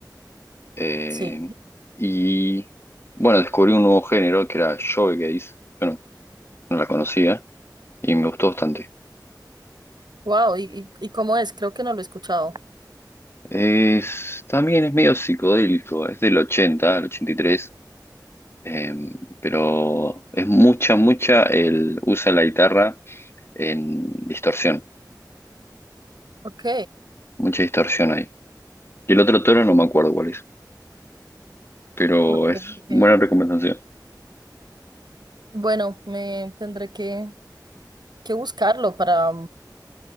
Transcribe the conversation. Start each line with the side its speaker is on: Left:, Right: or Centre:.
Left: em,
Right: Sí.
Left: y bueno, descubrí un nuevo género que era shoegaze. Yo no no la conocía y me gustó bastante.
Right: Wow, ¿y, y y cómo es? Creo que no lo he escuchado.
Left: Es, también es medio psicodélico, es del 80 al 83, em, pero es mucha, mucha, el, usa la guitarra en distorsión,
Right: Ok,
Left: mucha distorsión ahí. Y el otro toro no me acuerdo cuál es, pero
Right: ok,
Left: es
Right: ok.
Left: buena recomendación,
Right: Bueno, me tendré que, que buscarlo para,